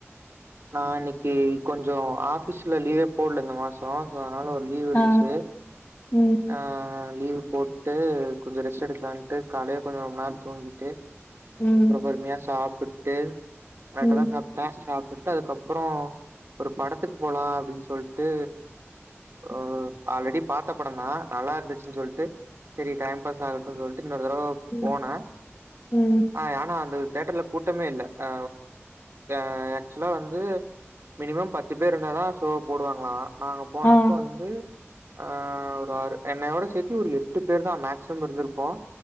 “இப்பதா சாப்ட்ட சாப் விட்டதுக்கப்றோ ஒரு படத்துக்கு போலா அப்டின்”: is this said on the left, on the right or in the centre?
Right